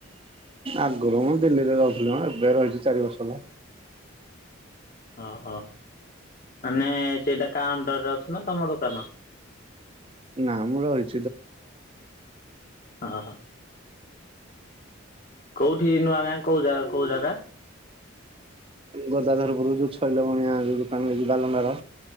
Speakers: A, on the right; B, on the left.
A: ଆଗରୁ ମୁଁ ଦିଲ୍ଲୀରେ ରହୁଥିଲି ମ ଏବେ ରହିଛି ଚାରି ବର୍ଷ ହେଲା।
B: ଓହୋ। ମାନେ ସେଇଟା କା ଅଣ୍ଡରରେ ଅଛ ନା ତମ ଦୋକାନ?
A: ନା ମୁଁ ରହିଚି।
B: <unintelligible> ହଁ। କୋଉଠି ନୂଆ ଗାଁ କଉ ଜାଗା କଉ ଜାଗା?
A: ଗୋଦାଧରପୁର ଯୋଉ ଛଇଲ ବଣିଆ ଯୋଉ ଦୋକାନଛି ବାଲଣ୍ଡାର